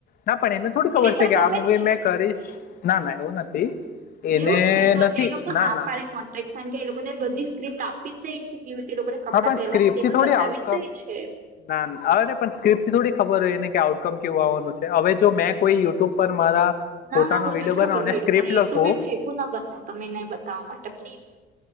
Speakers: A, on the left; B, on the right.
A: ના પણ એને થોડી ખબર
B: પણ
A: છે કે
B: ગમે
A: આ મુવી
B: જ છે
A: મેં કરીશ ના ના એવું નથી. એને
B: એવું જ છે તો
A: નથી
B: જે લોકો
A: ના
B: હા
A: ના.
B: પાડે કોન્ટ્રાક્ટ સાઈન કે એ લોકોને બધી સ્ક્ર્રીપ્ટ આપી જ દઈ છે તે લોકો ને કપડાં
A: હા પણ
B: પેહેરવા
A: સ્ક્રિપ્ટથી
B: છે તે પણ
A: થોડી
B: બતાવી
A: આઉટકમ
B: જ દાય છે.
A: ના આવે ને પણ સ્ક્રિપ્ટ થી થોડી ખબર હોય ને કે આઉટકમ કેવું આવવાનું છે હવે જો મેં કોઈ યુટ્યુબ પર મારા
B: ના
A: પોતાનો
B: ના બધું
A: વિડીયો
B: જ ખબર
A: બનાવને
B: હોય એ
A: સ્ક્રિપ્ટ
B: લોકોને
A: લખો
B: એટલું બી ના બનાવ તમે એને બતાવવા માટે પ્લીઝ